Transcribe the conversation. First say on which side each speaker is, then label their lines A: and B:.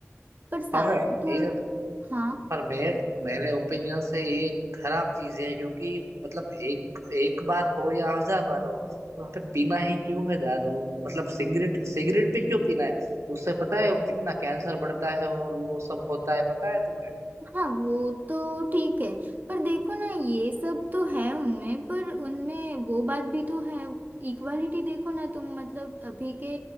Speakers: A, on the right (about 40°); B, on the right (about 85°).
A: पर सारी
B: पर
A: तो
B: ये
A: हाँ
B: पर मैं मेरे ओपिनियन से ये खराब चीज है क्योंकि मतलब एक एक बार हो या हजार बार हो वहां पे पीना ही क्यों है दारू मतलब सिगरेट सिगरेट भी क्यों पीना है उससे पता है कितना कैंसर बढ़ता है और वो सब होता है पता है तुम्हें
A: हाँ वो तो ठीक है पर देखो ना ये सब तो है उनमें पर उनमें वो बात भी तो है इक्वालिटी देखो ना तुम मतलब अभी के